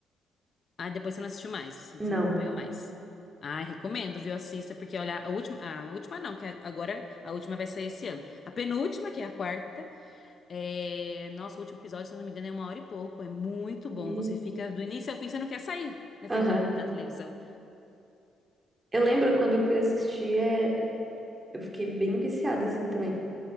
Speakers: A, on the left (about 45°); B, on the right (about 20°).
A: Ah, depois você não assistiu mais, você
B: Não.
A: não acompanhou mais. Ah, recomendo, viu? Assista, porque olha, a última, a última não, que é agora a última vai sair esse ano. A penúltima, que é a quarta, É, nosso último episódio, se eu não me engano, é uma hora e pouco. É muito
B: Meio.
A: bom. Você fica do início ao fim, você não quer sair na
B: Aham.
A: frente da, da televisão.
B: Eu lembro quando eu fui assistir, é, eu fiquei bem viciada assim também,